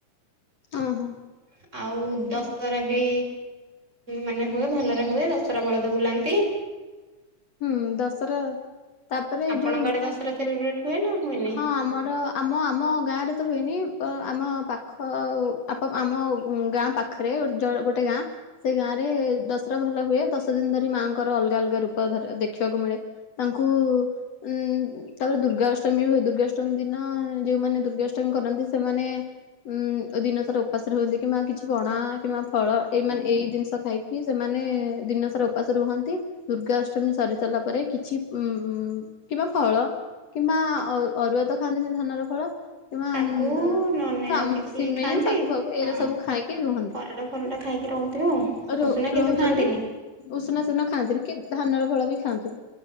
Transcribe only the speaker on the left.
ଓହୋ
ହୁଁ ଦଶହରା ତାପରେ
ଯୋଉ
ହଁ ଆମର ଆମ-ଆମ ଗାଁରେତ ହୁଏନି ଆମ ପାଖ ଆମ ଗାଁ ପାଖ ପାଖରେ ଜ ଗୋଟେ ଗାଁ ସେ ଗାଁ ରେ ଦଶହରା ଭଲ ହୁଏ ଦଶ ଦିନ ଧରି ମାଆଙ୍କର ଅଲଗା ଅଲଗା ରୁ <inaudible> ଦେଖିବାକୁ ମିଳେ ତାଙ୍କୁ ଉଁ ତାପରେ ଦୁର୍ଗାଅଷ୍ଟମୀ ହୁଏ ଦୁର୍ଗା ଅଷ୍ଟମୀ ଦିନ ଯୋଉମାନେ ଦୁର୍ଗାଅଷ୍ଟମୀ କରନ୍ତି ସେମାନେ ଉଁ ଦିନ ସାରା ଉପାସରେ ରୁହନ୍ତି କିମ୍ବା କିଛି ପଣା କିମ୍ବା ଫଳ ଏଇ ମନେ ଏଇ ଜିନିଷ ଖାଇକି କି ସେମାନେ ଦିନସାରା ଉପାସ ରୁହନ୍ତି ଦୁର୍ଗା ଅ <unintelligible> ସରି ସାରିଲା ପରେ କିଛି ଉମ କିମ୍ବା ଫଳ କିମ୍ବା ଅରୁଆତ ଖାଆନ୍ତିନି ଧାନର ଫଳ କିବାମ
ଉମ
ସିମେଇ,
ସାଗୁ ଫାଗୁ
ଏଇରା ସବୁ ଖାଇକି ରୁହନ୍ତି
ରହୁ
-
ରହୁଚନ୍ତି।
ଉଷୁନା ସେଦିନ ଖାଆନ୍ତିନି କି ଧାନର ଫଳବି ଖାଆନ୍ତିନି।